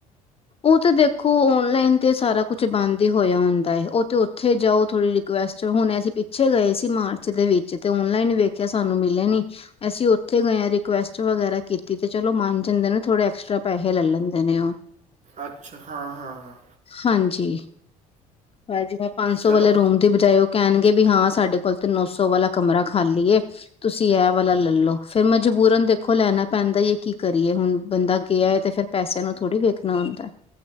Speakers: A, on the left (about 30°); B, on the right (about 40°).
A: ਉਹ ਤੇ ਦੇਖੋ ਓਨਲਾਈਨ ਤੇ ਸਾਰਾ ਕੁਛ ਬੰਦ ਹੀ ਹੋਇਆ ਹੁੰਦਾ ਏ। ਉਹ ਤੇ ਓਥੇ ਜਾਓ ਥੋੜੀ ਰਿਕੁਸਟ, ਹੁਣ ਅਸੀਂ ਪਿੱਛੇ ਗਏ ਸੀ ਮਾਰਚ ਦੇ ਵਿਚ ਤੇ ਓਨਲਾਈਨ ਵੇਖਿਆ ਸਾਨੂ ਮਿਲੇ ਨੀ, ਅਸੀਂ ਓਥੇ ਗਏ ਆ ਰਿਕੁਐਸਟ ਵਗੈਰਾ ਕੀਤੀ ਤੇ ਚਲੋ ਮੰਨ ਜਾਂਦੇ ਨੇ ਥੋੜੇ ਐਕਸਟਰਾ ਪੈਹੇ ਲੈ ਲੈਂਦੇ ਨੇ ਉਹ।
B: ਅੱਛਾ ਹਾਂ ਹਾਂ
A: ਹਾਂਜੀ, ਭਾਜੀ ਮੈਂ ਪੰਨ ਸੌ
B: ਚਲੋ
A: ਵਾਲੇ ਰੂਮ ਦੀ ਬਜਾਏ ਉਹ ਕਹਿਣਗੇ ਵੀ ਹਾਂ ਸਾਡੇ ਕੋਲ ਤੇ ਨੋ ਸੌ ਵਾਲਾ ਕਮਰਾ ਖਾਲੀ ਏ ਤੁਸੀਂ ਇਹ ਵਾਲਾ ਲੈਲੋ। ਫੇਰ ਮਜਬੂਰਨ ਦੇਖੋ ਲੈਣਾ ਪੈਂਦਾ ਯ ਕੀ ਕਰੀਏ ਹੁਣ ਬੰਦਾ ਗਿਆ ਏ ਤੇ ਫੇਰ ਪੈਸਿਆਂ ਨੂੰ ਥੋੜ੍ਹੀ ਵੇਖਣਾ। ਤਾਂ।